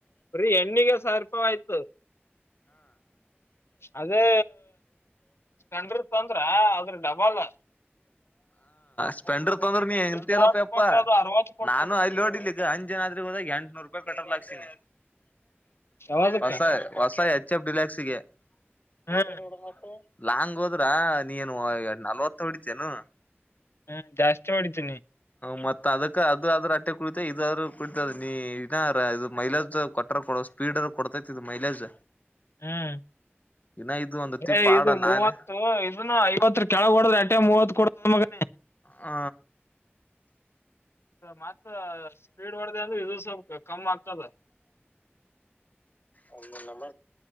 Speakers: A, on the left; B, on the left.
A: ಬರೀ ಎಣ್ಣಿಗೆ ಸಾವಿರ ರೂಪಾಯಿ ಆಯ್ತು ಅದೇ ಸ್ಪೆಂಡರ್ ತಂದ್ರ ಅದ್ರ ಡಬಲ್
B: ಸ್ಪೆಂಡರ್ ತಂದ್ರ
A: ಮೂವತ್ತು
B: <unintelligible>
A: ಕೊಟ್ರ
B: ಪ್ಪಾ
A: ಅದು ಅರವತ್ತು ಕೊಡ್ತದ
B: ನಾನು ಅಲ್ಲಿ ನೋಡಿಲಿ ಈಗ ಅಂಜನಾದ್ರಿ ಹೋದಾಗ ಎಂಟನೂರ ರೂಪಾಯಿ ಪೆಟ್ರೋಲ್ ಹಾಕ್ಸಿನಿ
A: ಯಾವದಕ್ಕ
B: ಹೊಸ ಹೊಸ ಯ ಪ್ ಡಿಲಾಕ್ಸಿಗೆ
A: ಹಾ
B: ಪಷ ನೋಡ ಮತ್ರ ಲಾಂಗ್ ಹೋದ್ರ ನೀನು ಎ ನಲ್ವತ್ತು ಹೊಡಿತೇನು
A: ಹ್ಮ ಜಾಸ್ತಿ ಮಾಡಿದ್ದೀನಿ
B: ಮತ್ತತ್ ಅದಕ್ಕ ಅದ ಆದ್ರ ಅಟ್ಟೆ ಕುಡಿತ ಇದಾದ್ರೂ ಕುಡಿತದ ನೀನ ಇದು ಮೈಲೇಜ್ ಕೊಟ್ಟ್ರ ಕೊ ಸ್ಪೀಡ್ ಕೊಡ್ತೈತಿದು ಮೈಲೇಜ್
A: ಹ್ಮ್
B: ಇನ್ನ ಇದು ಒಂದು ತಿಪ್
A: ಏ
B: ಆಡ
A: ಇದು ಮೂವತ್ತು
B: ನಾನೇ
A: ಇದನ್ನು ಐವತ್ತುರ ಕೆಳಗ ಹೊಡ್ರ ಅಟ್ಟೆ ಮೂವತ್ತು ಕೊಡ ಮಗನ
B: ಹ
A: ಮತ್ತ ಸ್ಪೀಡ್ ಹೊರ್ದ ಅಂದ್ರೆ ಇದು ಸ್ವಲ್ಪ ಕಮ್ಮ್ ಆಗ್ತದ
B: ಒ ನಮ್ಮ